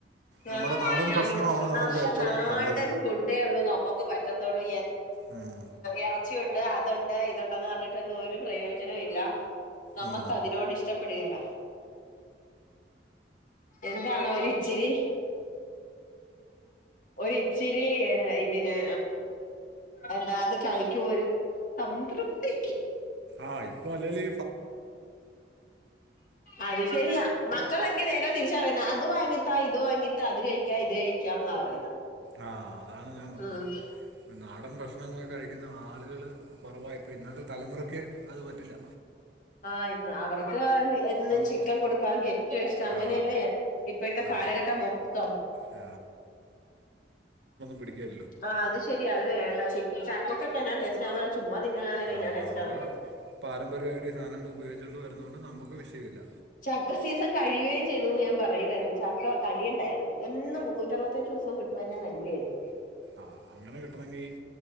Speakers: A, on the right; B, on the left.
A: നമ്മുടെ
B: ആ
A: നാടൻ
B: നമ്മുടെ
A: ഭക്ഷണമാണ് നമുക്ക് ഏറ്റവും
B: നാടൻ
A: നല്ലത്
B: ഫുഡേള്ളൂ നമ്മുക്ക് പറ്റത്തുള്ളൂ
A: ഉം,
B: ഇറച്ചിയുണ്ട് അതുണ്ട് ഇതുണ്ടന്ന് പറഞ്ഞിട്ടൊന്നും ഒരു പ്രയോജനവും ഇല്ല നമ്മക്ക്
A: ഉം.
B: അതിനോട് ഇഷ് പ്പെട്കേല എന്താണോ ഒരിച്ചിരി ഒരിച്ചിരി ഇതിന് എന്താ അത്കഴിക്കു ഒരു സംതൃപ്തി
A: ആഹ് ഇപ്പൊ അല്ലെല്
B: അത് ശരിയാ മക്കൾ എങ്കിനേരം തിരിച്ചറിയുന്ന അത് വാങ്ങിത്താ ഇത് വാങ്ങി അത് കഴിക്കാം ഇത് കഴിക്കാന്ന പറയുന്ന
A: ആ അതാണ് ഞാൻ പറഞ്ഞത്
B: ഉം
A: ഇ നാടൻ ഭക്ഷണങ്ങളൊക്കെ കഴിക്കുന്ന ആളുകള് കുറവായിപ്പോയി ഇന്നത്തെ തലമുറക്ക് അത് പറ്റില്ല
B: ആ ഇന്ന് അവർക്ക് എന്നും
A: അവ-
B: ചിക്കൻ കൊടുക്കാങ്കി ഏറ്റോം ഇഷ്ടം അങ്ങനെയല്ലേ
A: ആ
B: ഇപ്പഴത്തെ
A: ആ
B: കാലഘട്ടം മൊത്തം
A: ആ, പിടിക്കേ
B: ആഹ് അത് ശെരിയാ അത് വേണ്ട ചി ചക്കകൊക്കെ എന്നാ ടേസ്റ്റാ ഞാപറയും ചുമ്മാ തിന്നാനാണേലും
A: ആ
B: എന്നാ ടേസ്റ്റാത്
A: നമ്മൾ പാരമ്പര്യമായിട്ട് ഈ സാധനങ്ങൾ ഉപയോഗിച്ചുകൊണ്ട് വരുന്നതുകൊണ്ട് നമുക്ക് വിഷയമില്ല
B: ചക്ക സീസൺ കഴിയുവേം ചെയ്തൂന്ന് ഞാൻ പറയുവായിരുന്നു ചക്ക കഴിയണ്ടായിരുന്നു എന്നും മുന്നൂറ്റ അറുപത്തഞ്ചീസോം കിട്ടുവാരുന്നെ നല്ലെയാരുന്നു
A: ആഹ് അങ്ങനെ കിട്ടണെങ്കി